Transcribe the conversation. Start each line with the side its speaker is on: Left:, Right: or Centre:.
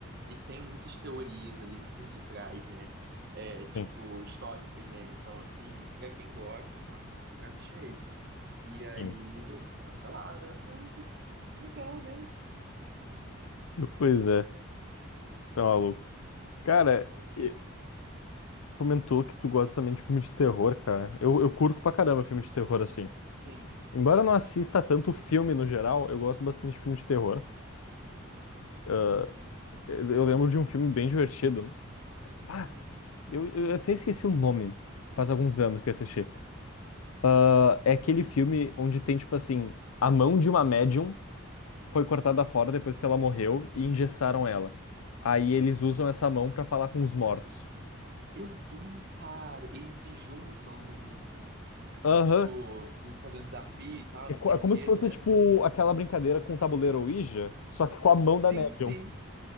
Right: e tem muitas teorias ali por detrás, né? É, tipo,
Left: Sim,
Right: históricas, né? Então, assim, pra quem gosta, nossa, um prato cheio. E aí,
Left: sim.
Right: cancelaram. Eu falei, ah, legal, né?
Left: Pois é, tá maluco. Cara,
Right: Tanto,
Left: e- comentou que tu gosta também de filme de terror, cara. Eu, eu curto pra caramba filme de terror, assim.
Right: sim.
Left: Embora eu não assista tanto filme no geral, eu gosto bastante de filme de terror. Ah,
Right: Uhum.
Left: eu eu lembro de um filme bem divertido. Ah, eu, eu eu até esqueci o nome. Faz alguns anos que eu assisti. Ah, é aquele filme onde tem, tipo assim, a mão de uma médium. foi cortada fora depois que ela morreu e engessaram ela. Aí eles usam essa mão pra falar com os mortos.
Right: Eu vi, cara, eles se juntam num,
Left: Aham.
Right: tipo, dizem fazer um desafio e tal,
Left: É
Right: não
Left: co-
Right: sei
Left: é como
Right: o que,
Left: se fosse,
Right: não é?
Left: tipo, aquela brincadeira com o tabuleiro Ouija, só que com a mão
Right: Sim,
Left: da médium.
Right: sim.